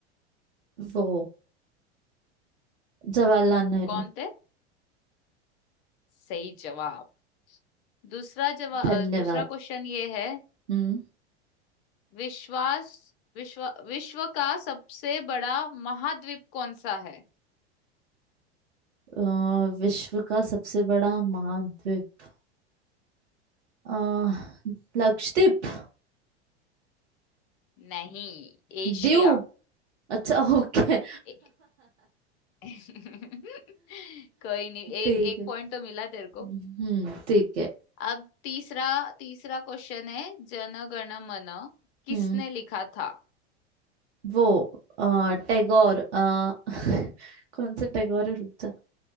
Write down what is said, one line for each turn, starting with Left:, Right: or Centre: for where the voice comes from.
Right: वो जवाहरलाल नेहरू
Left: कौन थे सही जवाब दूसरा जवाब
Right: धन्यवाद
Left: दूसरा क्वेश्चन ये है
Right: हम्म
Left: विश्वास विश्व विश्व का सबसे बड़ा महाद्वीप कौन सा है
Right: अ, विश्व का सबसे बड़ा महाद्वीप अ, लक्षद्वीप
Left: नहीं एशिया
Right: दीव अच्छा ओके
Left: ए- <laughs> कोई नहीं एक
Right: ठीक
Left: एक
Right: है
Left: पॉइंट तो मिला तेरे को
Right: हम्म ठीक है
Left: अब तीसरा तीसरा क्वेश्चन है जन गण मन किसने
Right: हम्म
Left: लिखा था
Right: वो अ, टैगोर अ, <laughs> कौन से टैगोर है रुक जा